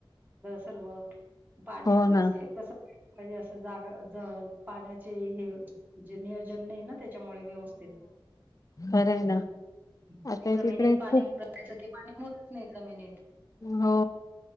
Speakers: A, on the right (about 20°); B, on the left (about 40°).
A: सर्व पाणी
B: हो
A: म्हणजे
B: ना
A: कस.... हिजे असं जागा पाण्याचे हे जे नियोजन नाही ना त्याच्यामुळे व्यवस्थित.....
B: खरं आहे ना...
A: ते
B: आता
A: जमिनीत
B: तिकडे
A: पाणी
B: खूप
A: भयचं ते पाणी मुरत नाही जमिनीत...
B: हो